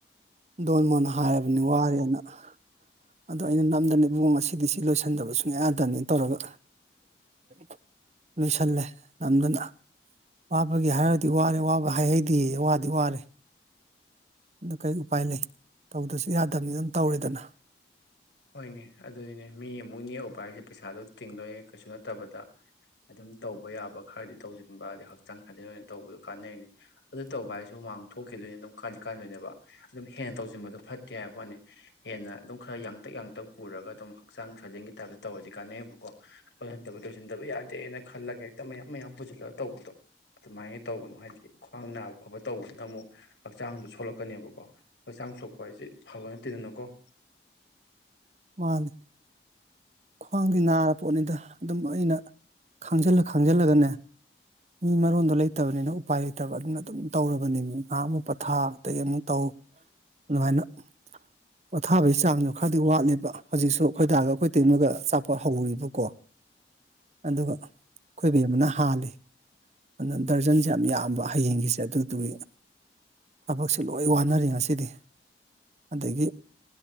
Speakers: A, on the right; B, on the left.
A: ꯗꯣꯟ ꯃꯣꯟ ꯍꯥꯏꯔꯕꯅꯤ ꯋꯥꯔꯦꯅ ꯑꯗꯣ ꯑꯩꯅ ꯅꯝꯗꯅ ꯏꯕꯨꯡꯉꯣ ꯉꯁꯤꯗꯤ ꯁꯤ ꯂꯣꯏꯁꯤꯟꯗꯕ ꯁꯨꯡꯌꯥ ꯌꯥꯗꯕꯅꯤꯅ ꯇꯧꯔꯒ <unintelligible> ꯂꯣꯏꯁꯜꯂꯦ ꯅꯝꯗꯅ ꯋꯥꯕꯒꯤ ꯍꯥꯏꯔꯨꯔꯗꯤ ꯋꯥꯔꯦ ꯋꯥꯕ ꯍꯥꯏꯍꯩꯗꯦꯌꯦ ꯋꯥꯗꯤ ꯋꯥꯔꯦ ꯑꯗꯨ ꯀꯩ ꯎꯄꯥꯏ ꯂꯩ ꯇꯧꯗꯁꯨ ꯌꯥꯗꯪꯅꯤꯅ ꯑꯗꯨꯝ ꯇꯧꯔꯦꯗꯅ
B: ꯍꯣꯏꯅꯦ ꯑꯗꯨꯅꯤꯅꯦ ꯃꯤ ꯑꯃꯨꯛ ꯅꯦꯛꯎꯕ ꯍꯥꯏꯁꯦ ꯄꯩꯁꯥꯗꯨ ꯇꯤꯡꯗꯣꯏ ꯀꯩꯁꯨ ꯅꯠꯇꯕꯗ ꯑꯗꯨꯝ ꯇꯧꯕ ꯌꯥꯕ ꯈꯔꯗꯤ ꯇꯧꯁꯤꯟꯕꯗꯤ ꯍꯛꯆꯥꯡ ꯁꯥꯖꯦꯜ ꯑꯣꯏꯅ ꯇꯧꯕꯗꯣ ꯀꯥꯟꯅꯩꯅꯤ ꯑꯗꯨ ꯇꯧꯕ ꯍꯥꯏꯁꯤ ꯍꯨꯃꯥꯡ ꯊꯣꯛꯈꯤꯗꯣꯏꯅꯤ ꯑꯗꯨꯝ ꯀꯥꯟꯗꯤ ꯀꯥꯟꯗꯣꯏꯅꯦꯕ ꯑꯗꯨꯝ ꯍꯦꯟꯅ ꯇꯧꯁꯤꯟꯕꯗꯣ ꯐꯠꯇꯦ ꯍꯥꯏꯕ ꯋꯥꯅꯤ ꯍꯦꯟꯅ ꯑꯗꯨꯝ ꯈꯔ ꯌꯥꯡꯇꯛ ꯌꯥꯡꯇꯛ ꯄꯨꯔꯒ ꯑꯗꯨꯝ ꯍꯛꯆꯥꯡ ꯁꯥꯖꯦꯜꯒꯤ ꯇꯥꯏꯞꯇ ꯇꯧꯔꯗꯤ ꯀꯥꯟꯅꯩꯌꯦꯀꯣ ꯠꯇꯕ <unintelligible> ꯂꯣꯏꯁꯤꯟꯗꯕ ꯌꯥꯗꯦꯅ ꯈꯜꯂꯒ ꯍꯦꯛꯇ ꯃꯌꯥꯝ ꯃꯌꯥꯝ ꯄꯨꯁꯤꯜꯂꯒ ꯇꯧꯕꯗꯣ ꯑꯗꯨꯃꯥꯏꯅ ꯇꯧꯒꯅꯨ ꯍꯥꯏꯗꯤ ꯈ꯭ꯋꯥꯡ ꯅꯥꯕ ꯈꯣꯠꯄ ꯇꯧꯕꯅꯤꯅ ꯑꯃꯨꯛ ꯍꯛꯆꯥꯡꯗꯣ ꯁꯣꯂꯛꯀꯅꯦꯕꯀꯣ ꯍꯩꯆꯥꯡ ꯁꯣꯛꯄ ꯍꯥꯏꯁꯤ ꯐꯕ ꯅꯠꯇꯦꯗꯅꯀꯣ
A: ꯋꯥꯟ ꯈ꯭ꯋꯥꯡꯗꯤ ꯅꯥꯔꯕ ꯄꯣꯠꯅꯤꯗ ꯑꯗꯨꯝ ꯑꯩꯅ ꯈꯥꯡꯖꯜꯂ ꯈꯥꯡꯖꯜꯂꯒꯅꯦ ꯃꯤ ꯃꯔꯣꯟꯗꯣ ꯂꯩꯇꯕꯅꯤꯅ ꯎꯄꯥꯏ ꯂꯩꯇꯕ ꯑꯗꯨꯅ ꯑꯗꯨꯝ ꯇꯧꯔꯕꯅꯤꯃꯤ ꯉꯥꯏꯍꯥꯛ ꯑꯃꯨꯛ ꯄꯊꯥ ꯑꯗꯩ ꯑꯃꯨꯛ ꯇꯧ ꯑꯗꯨꯃꯥꯏꯅ ꯄꯣꯊꯥꯕꯒꯤ ꯆꯥꯡꯁꯨ ꯈꯔꯗꯤ ꯋꯥꯠꯂꯦꯕ ꯍꯧꯖꯤꯛꯁꯨ ꯈꯣꯏꯗꯥꯒ ꯑꯩꯈꯣꯏ ꯇꯩꯃꯒ ꯆꯄꯠ ꯍꯧꯔꯤꯕꯀꯣ ꯑꯗꯨꯒ ꯈꯣꯏꯕꯤ ꯑꯃꯅ ꯍꯥꯜꯂꯤ ꯑꯗꯨꯅ ꯗꯔꯖꯟꯁꯦ ꯌꯥꯝ ꯌꯥꯝꯕ ꯍꯌꯦꯡꯒꯤꯁꯦ ꯑꯗꯨꯗꯨꯒꯤ ꯊꯕꯛꯁ ꯂꯣꯏ ꯋꯥꯅꯔꯤ ꯉꯁꯤꯗꯤ ꯑꯗꯒꯤ